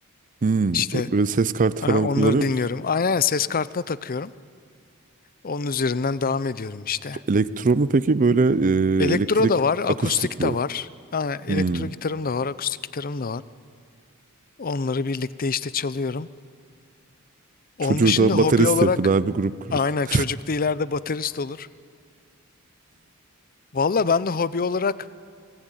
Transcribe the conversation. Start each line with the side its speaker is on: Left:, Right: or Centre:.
Right: Hmm.
Left: İşte
Right: bö- Böyle ses kartı
Left: ha,
Right: falan
Left: onları
Right: kullanıyor
Left: dinliyorum.
Right: musun?
Left: Aynen ses kartına takıyorum. Onun üzerinden devam ediyorum işte.
Right: Ç- Elektro mu peki? Böyle
Left: Elektro
Right: e, elektrik
Left: da var,
Right: akustik
Left: akustik
Right: mi?
Left: de var. Yani
Right: Hmm.
Left: elektro gitarım da var, akustik gitarım da var. Onları birlikte işte çalıyorum. Onun
Right: Çocuğu
Left: dışında
Right: da baterist
Left: hobi olarak
Right: yapın abi grup kurun.
Left: aynen
Right: <laughs>
Left: çocuk da ileride baterist olur. Valla ben de hobi olarak